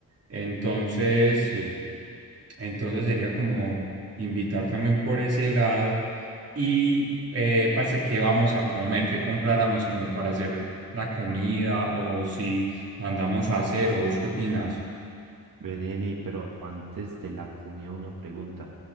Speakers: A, on the right; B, on the right.
A: Entonces,
B: Sí,
A: entonces sería como invitar también por ese lado. Y eh, parce, ¿qué vamos a comer? ¿Qué compráramos como para hacer la comida? O si mandamos a hacer, ¿o vos qué opinas?
B: vení, pero antes de la comida una pregunta.